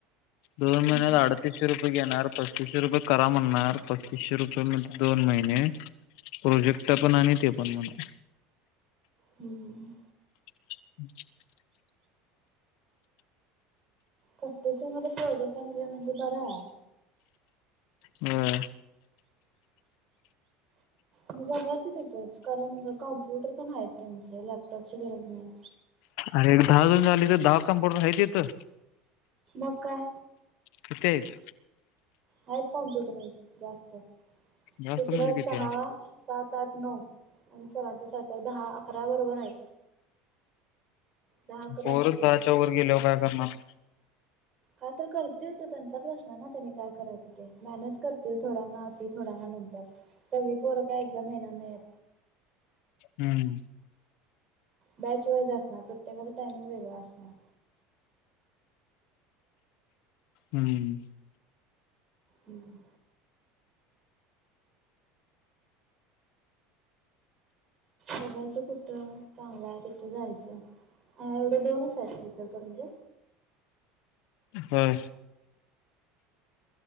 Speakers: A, on the left (about 70°); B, on the right (about 35°).
A: दोन
B: हम्म
A: महिन्यात अडतीसशे रुपये घेणार पस्तीसशे रुपये करा म्हणणार पस्तीसशे रुपये म्हणजे दोन महिने. प्रोजेक्ट पण आणि ते पण म्हणा.
B: हम्म हम्म
A: <unintelligible>
B: पस्तीसशें मध्ये प्रोजेक्ट आणि म्हणजे बर आहे.
A: हम.
B: मग बघा की तिथेच कारण कॉम्प्युटर पण आहेत त्यांचे लॅपटॉपची गरज नाही.
A: अरे एक दहा जण झाली तर दहा कम्प्युटर आहेती हित.
B: मग काय.
A: किती आहेत.
B: आहेत कॉम्प्युटर आहेत जास्त
A: जास्त
B: हिकडं
A: म्हणजे
B: सहा
A: किती
B: सात आठ नऊ. आणि सरांच्या सरचा दहा अकरा बरोबर आहे. दहा अकरा
A: पोर
B: असतील
A: दहा च्यावर गेल्यावर काय करणार.
B: काय तर करतील तो त्यांचा प्रश्न ना त्यानी काय करायचं ते मॅनेज करतील थोड्यांना अ थोड्यांना सगळी पोरं काय एकदाम महिना नाही.
A: हम्म.
B: बॅच वाईज असणार प्रत्येकाचा टाइमिंग वेगळा असणार.
A: हम्म
B: हम्म. बघायचं कुठं चांगलं आहे तिथं जायचं? अ एवढ दोनच आहेत इचलकरंजीत.
A: होय.